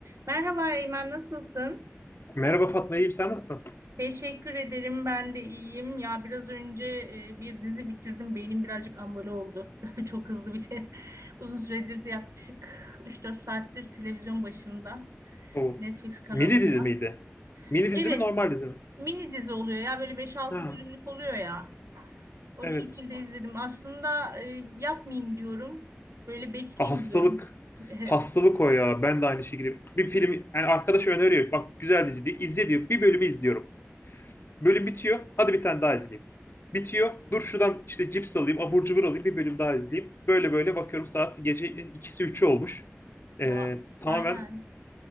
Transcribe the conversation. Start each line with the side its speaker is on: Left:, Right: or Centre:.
Right: Merhaba Eymen, nasılsın?
Left: Merhaba Fatma, iyiyim. Sen nasılsın?
Right: Teşekkür ederim, ben de iyiyim. Ya biraz önce e, bir dizi bitirdim, beynim birazcık ambale oldu. <laughs> Çok hızlı bir de <laughs> uzun süredir yaklaşık üç dört saattir televizyon başında,
Left: Oo.
Right: Netflix kanalında.
Left: Mini dizi miydi? Mini dizi
Right: Evet,
Left: mi, normal dizi mi?
Right: mini dizi oluyor ya, böyle beş altı
Left: Ha,
Right: bölümlük oluyor ya. O
Left: evet.
Right: şekilde izledim. Aslında e, yapmayayım diyorum, böyle bekleyeyim
Left: Ah, hastalık.
Right: diyorum. <laughs>
Left: Hastalık o ya. Ben de aynı şekilde. Bir film, yani arkadaş öneriyor. Bak güzel dizi diyor. İzle diyor. Bir bölümü izliyorum. Bölüm bitiyor. Hadi bir tane daha izleyeyim. Bitiyor. Dur şuradan işte cips alayım, abur cubur alayım. Bir bölüm daha izleyeyim. Böyle böyle bakıyorum saat gece ikisi üçü olmuş. Ee,
Right: Ya
Left: tamamen
Right: aynen.